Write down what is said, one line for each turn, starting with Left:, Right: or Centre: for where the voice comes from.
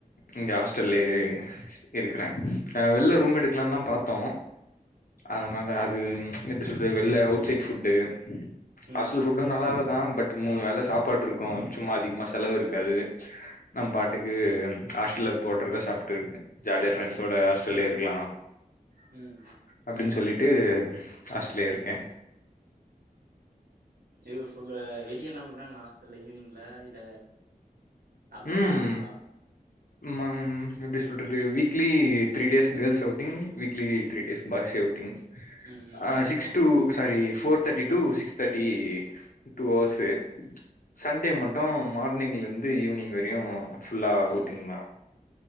Left: இங்க ஹாஸ்டல்லயே இருக்கறே ஆ வெள்ல ரூம் எடுக்கலாந்தா பாத்தோ அதனால அது எப்டி சொல்றது வெள்ல அவுட் சைட் ஃபுட்டு
Right: ம்
Left: ஹாஸ்டல் ஃபுட்டு நல்லால தா பட்டு மூணு வேள சாப்பாடுருக்கு சும்மா அதிகமா செலவு இருக்காது நம் பாட்டுக்கு ஹாஸ்டல்ல போட்றதா சாப்ட்டு இருக்கே ஜாலியா ஃப்ரெண்ட்ஸோட ஹாஸ்டல்லே இருக்கலா
Right: ம்
Left: அப்டின் சொல்லிட்டு ஹாஸ்டல்லே இருக்கே
Right: இது ஃபுட்டு் வெளியெல்லா உட்றாங்களா ஹாஸ்டல்ல ஈவினிங்ல இல்ல லாக் பண்ணிறாங்களா
Left: ம் ம்மம் எப்டி சொல்றது weekly three days girls outing weekly three days boys outing
Right: ம் ம்
Left: ஆ சிக்ஸ் டூ சாரி ஃபோர் தேட்டி டூ சிக்ஸ் தேட்டி டூ அவர்ஸு சண்டே மட்டு மார்னிங்லிந்து ஈவினிங் வரயு ஃபுல்லா அவுட்டிங்
Right: ம்
Left: தா